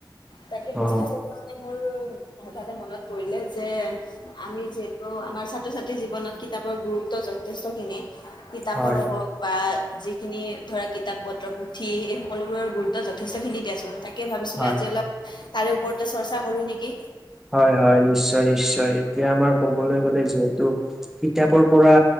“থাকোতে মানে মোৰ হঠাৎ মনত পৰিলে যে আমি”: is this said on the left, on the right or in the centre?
Left